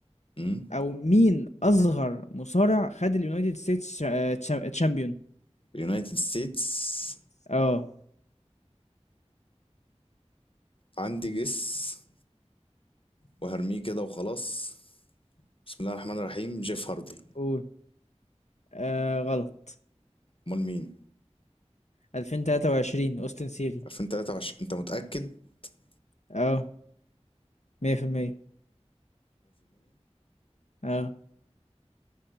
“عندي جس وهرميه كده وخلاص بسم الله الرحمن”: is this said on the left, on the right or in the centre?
Left